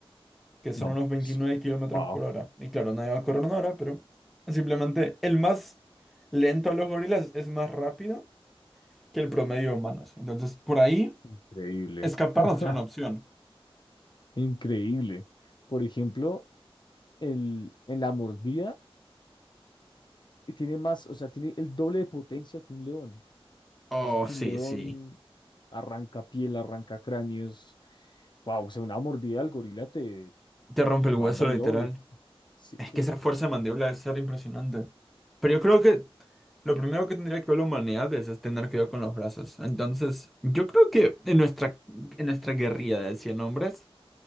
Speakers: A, in the centre; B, on the left (about 50°).
A: que son
B: No,
A: unos veintinueve
B: pues,
A: kilómetros
B: wow,
A: por hora. Y claro, nadie va a correr una hora, pero simplemente el más lento de los gorilas es más rápido que el promedio de humanos. Entonces, por ahí,
B: increíble,
A: escapar
B: <laughs>
A: no sería una opción.
B: increíble. Por ejemplo, el, en la mordida y tiene más, o sea, tiene el doble de potencia que un león.
A: Oh,
B: Eso que
A: sí,
B: un león
A: sí.
B: arranca piel, arranca cráneos. Wow, o sea, una mordida al gorila te,
A: Te rompe
B: te
A: el hueso,
B: manda al
A: literal.
B: lobby. Sí,
A: Es
B: que
A: que esa fuerza de mandíbula debe ser impresionante. Pero yo creo que lo primero que tendría que ver la humanidad es, es tener cuidado con los brazos. Entonces, yo creo que en nuestra, en nuestra guerrilla de 100 hombres